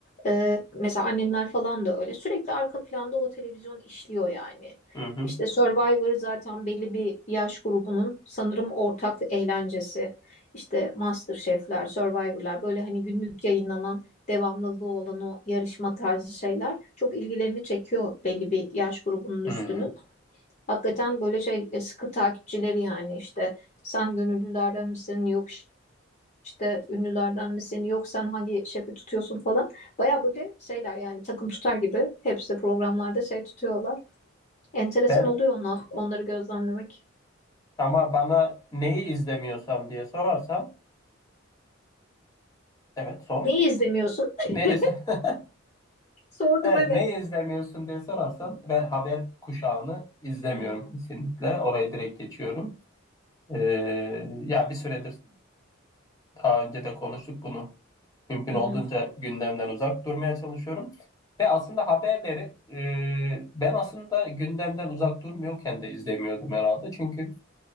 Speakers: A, on the left; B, on the left.
A: Ee, mesela annemler falan da öyle sürekli arka planda o televizyon işliyor yani.
B: hı hı.
A: İşte Survivor zaten belli bir yaş grubunun sanırım ortak eğlencesi işte MasterChef'ler, Survivor'lar böyle hani günlük yayınlanan devamlılığı olan o yarışma tarzı şeyler çok ilgilerini çekiyor belli bir yaş grubunun üstünün.
B: hı.
A: Hakikaten böyle şey e, sıkı takipçileri yani işte sen gönüllülerden misin yok işte ünlülerden misin yok sen hangi şefi tutuyorsun falan. Baya böyle şeyler yani takım tutar gibi hepsi programlarda şey tutuyorlar. Enteresan
B: Ben
A: oluyor onlar, onları gözlemlemek.
B: ama bana neyi izlemiyorsam diye sorarsan evet sor.
A: Neyi izlemiyorsun? <laughs>
B: Neyi iz- <laughs>
A: Sordum
B: Evet,
A: evet.
B: neyi izlemiyorsun diye sorarsan ben haber kuşağını izlemiyorum
A: Hmm.
B: kesinlikle. Orayı direkt geçiyorum. Ee, ya bir süredir Daha önce de konuştuk bunu. Mümkün
A: Hı
B: olduğunca
A: hı.
B: gündemden uzak durmaya çalışıyorum. Ve aslında haberleri e, ben aslında gündemden uzak durmuyorken de izlemiyordum herhalde. Çünkü